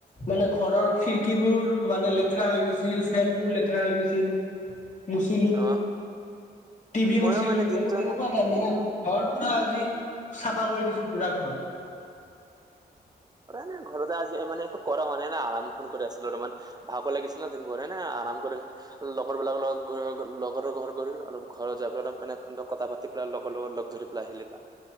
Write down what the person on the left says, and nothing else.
মানে খিৰিকীবোৰ মানে লেতেৰা হৈ গৈছিল। ফেনবোৰ লেতেৰা হৈ গৈছিল মুচিলো।
টি ভি
মুচিলো।
তেনেকুৱা
<unintelligible>
ঘৰ পুৰা আজি চাফা কৰি দিছো পুৰা ঘৰত। <unintelligible>